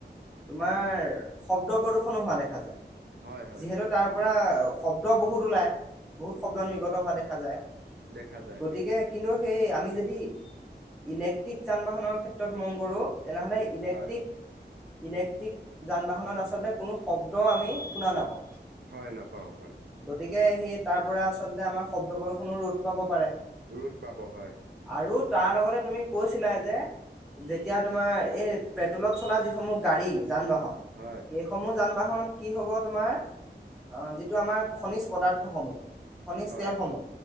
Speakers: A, in the centre; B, on the right.
A: তোমাৰ শব্দ প্ৰদূষণো হোৱা দেখা যায়।
B: হয় হয়
A: যিহেতু তাৰ পৰা শব্দ বহুত ওলায়। বহুত শব্দ নিৰ্গত হোৱা দেখা যায়,
B: দেখা যায়
A: গতিকে
B: হয়
A: কিন্তু, সেই আমি যদি ইলেক্ট্ৰিক যান বাহনৰ ক্ষেত্ৰত মন কৰোঁ, তেনেহ'লে ইলেক্ট্ৰিক
B: হয়
A: ইলেক্ট্ৰিক যান বাহনত আচলতে কোনো শব্দ আমি শুনা নাপাওঁ।
B: হয়, নাপাওঁ হয়।
A: গতিকে সেই তাৰ পৰা আচলতে আমাৰ শব্দ প্ৰদূষণো ৰোধ পাব পাৰে।
B: ৰ'দ পাব হয়
A: আৰু তাৰ লগতে তুমি কৈছিলা যে যেতিয়া তোমাৰ এই পেট্ৰলত চলা যিসমূহ গাড়ী যান বাহন
B: হয়
A: সেই সমূহ যান বাহনত কি হব তোমাৰ, অঁ যিটো আমাৰ খনিজ পদাৰ্থসমূহ, খনিজ
B: হয়
A: তেলসমূহ,